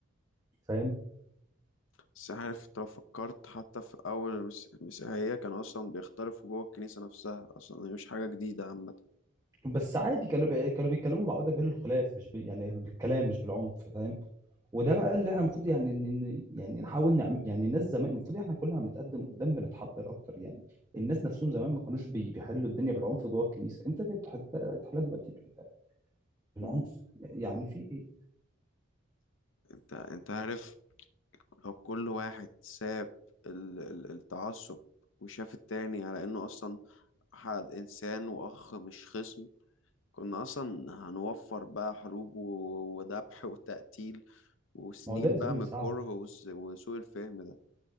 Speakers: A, on the right; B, on the left.
A: فاهم
B: بس عارف انت لو فكرت حتى في أول المس- المسيحية كانوا أصلا بيختلفوا جوه الكنيسة نفسها أصلا هي مش حاجة جديدة عامة
A: بس عادي كانوا بي... كانوا بيتكلموا مع بعض بالخلاف مش ب... يعني بالكلام مش بالعنف فاهم وده بقى اللي احنا المفروض يعني إن... إن- يعني نحاول نعمل يعني الناس زمان المفروض احنا كل ما بنتقدم قدام بنتحضر اكتر يعني الناس نفسهم زمان ما كانوش بي... بيحلوا الدنيا بالعنف جوه الكنيسه انت ليه بتحت- بتحلها دلوقتي بال- بالعنف
B: مم.
A: يعني في ايه
B: انت انت عارف لو كل واحد ساب ال- ال- التعصب وشاف التاني على انه اصلا حد انسان واخ مش خصم كنا اصلا هنوفر بقى حروب و- وذبح وتقتيل وسنين
A: ما هو ده يا زميلي
B: بقى من
A: صعب
B: الكره والس- وسوء الفهم ده